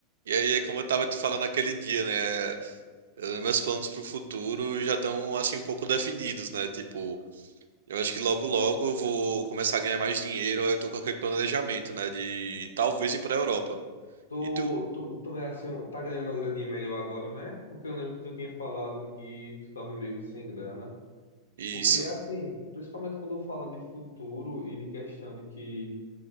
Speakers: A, on the right; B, on the left.
A: E aí, é como eu tava te falando naquele dia, né? eh, Meus planos pro futuro já estão, assim, um pouco definidos, né? Tipo, eu acho que logo logo eu vou começar a ganhar mais dinheiro. aí Eu tô com aquele planejamento, né? De talvez ir pra Europa.
B: Tu,
A: E tu?
B: tu, tu ganhasse um- tá ganhando uma graninha melhor agora, né? Porque eu lembro que tu tinha falado que tu tava meio que sem grana.
A: Isso.
B: Porque, assim, principalmente quando fala de futuro e de questão de que